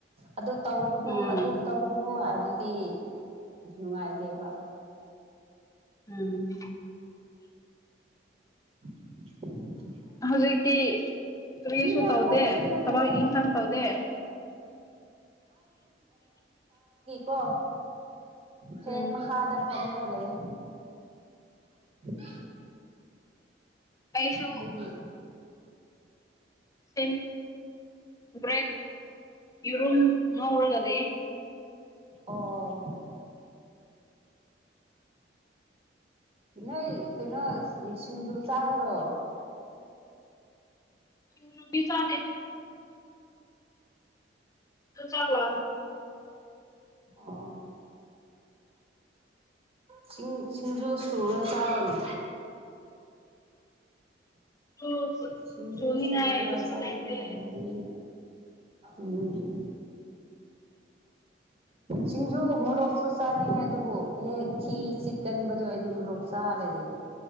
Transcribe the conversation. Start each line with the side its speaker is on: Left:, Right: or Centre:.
Right: ꯑꯗꯨ ꯇꯧꯒꯨꯅꯨ
Left: ꯎꯝ
Right: ꯑꯗꯨ ꯇꯧꯒꯅꯨ ꯍꯥꯏꯕꯗꯤ ꯅꯨꯡꯉꯥꯏꯇꯦꯕ
Left: ꯎꯝ
Right: <unintelligible>
Left: ꯍꯧꯖꯤꯛꯇꯤ ꯀꯨꯔꯤꯁꯨ
Right: ꯃꯤ ꯌꯥꯝ
Left: ꯇꯧꯗꯦ
Right: ꯐꯕꯁꯨ ꯌꯥꯝ
Left: ꯊꯕꯛ
Right: ꯂꯩꯔꯝꯒꯅꯤ
Left: ꯏꯪꯈꯥꯡ ꯇꯧꯗꯦ
Right: ꯀꯣ ꯐꯦꯟ
Left: ꯎꯝ
Right: ꯃꯈꯥꯗ ꯐꯦꯟ ꯃꯈꯒ ꯂꯩꯑꯦ <inaudible>
Left: ꯑꯩꯁꯨ
Right: ꯑꯗꯨꯗꯒꯤ
Left: ꯎꯝ ꯭ꯔꯦ ꯏꯔꯨꯝ ꯉ ꯎꯔꯒꯗꯦ
Right: ꯑꯣ ꯅꯣꯏ ꯀꯩꯅꯣ ꯁꯤꯡꯖꯨ ꯆꯥꯈ꯭ꯔꯣ
Left: ꯁꯤꯁꯤꯡꯕꯤ ꯁꯥꯗꯦꯗ ꯑꯗꯨ ꯆꯪꯕ
Right: ꯑꯣ ꯆꯤꯡ ꯁꯤꯡꯖꯨ ꯁꯨꯔ ꯆꯥꯎꯥꯕꯅꯦ
Left: ꯗꯨ
Right: ꯁꯤꯖ
Left: ꯁꯨꯅꯤꯡꯉꯥꯏ
Right: ꯁꯨꯔ ꯇ
Left: ꯄꯩꯁꯥ
Right: ꯆꯥ
Left: ꯂꯩꯇꯦ
Right: ꯑꯗꯨꯗꯤ ꯍꯥꯏ ꯍꯅꯤ ꯎꯝ ꯁꯤꯡꯖꯨ ꯃꯣꯔꯣꯛꯁꯨ ꯆꯥꯅꯤꯡꯉꯦ ꯑꯗꯨꯕꯨ ꯍꯦꯛ ꯊꯤ ꯁꯤꯠꯀꯟꯕꯗꯣꯔꯗꯤ ꯃꯣꯔꯣꯛ ꯆꯥ ꯁꯔꯦꯗ